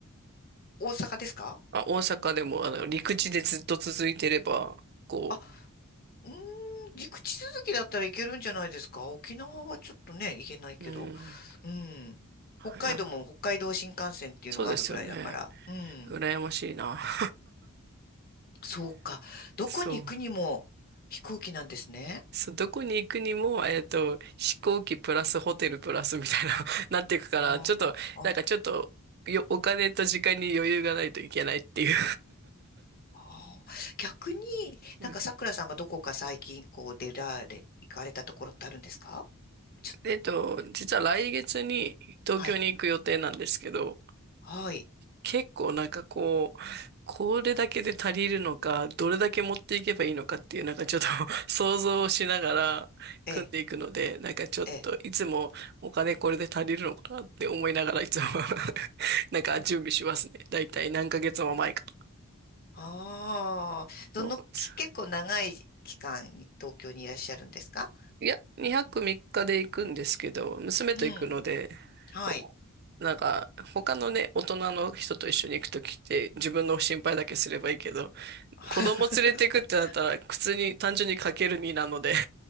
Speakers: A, on the left; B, on the right.
A: 大阪ですか
B: あ、大阪でも、あの、陸地でずっと続いてれば、こ
A: あ、うーん、陸地続きだったらいけるんじゃないですか沖縄はちょっとね、行けないけど。
B: う、うん、
A: うん。北海道も北海道新幹線っていうのがあるぐらいだから。
B: いや、そうですよね。
A: うん。
B: 羨ましいな。<laughs>
A: そうか。どこに行くにも飛行機なんですね。
B: そう。そう、どこに行くにも、えっと、飛行機プラスホテルプラスみたいな、<laughs> なっていくから、
A: ああ。
B: ちょっと、なんかちょっと、
A: あ
B: よ、お金と時間に余裕がないといけないっていう。
A: ああ、逆に
B: うん
A: なんかさくらさんがどこか最近こう出られ、行かれたところってあるんですかちょ、
B: えっと、実は来月に東京に行く予定なんですけど、
A: はい、はい、
B: 結構なんかこう、これだけで足りるのか、どれだけ持っていけばいいのかっていう、なんかちょっと <laughs> 想像をしながら組んでいくので、
A: ええ、
B: なんかちょっといつもお金これで足りるのかなって思いながらいつも
A: ええ、
B: <laughs> なんか準備しますね。だいたい何ヶ月も前か
A: ああ、どの、
B: ら。
A: き結構長い期間に東京にいらっしゃるんですか
B: いや、2泊3日で行くんですけど、娘と行くので、
A: うん、はい。
B: こうなんか他のね、大人の人と一緒に行くときって自分の心配だけすればいいけど、
A: <laughs>
B: 子供連れてくってなったら、普通に単純にかける2なので <laughs> っ